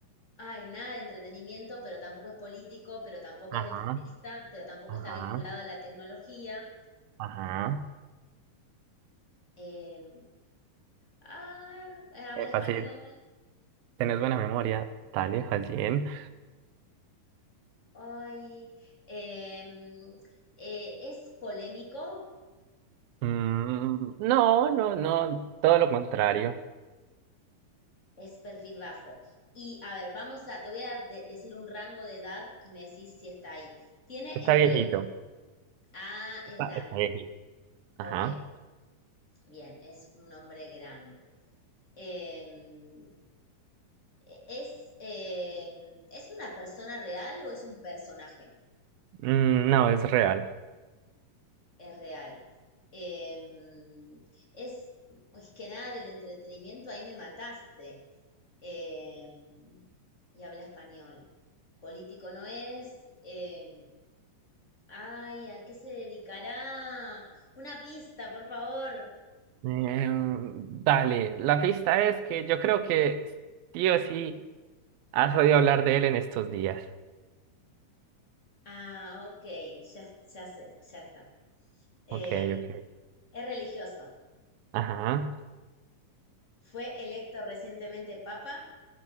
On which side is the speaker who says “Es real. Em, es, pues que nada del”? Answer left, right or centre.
Left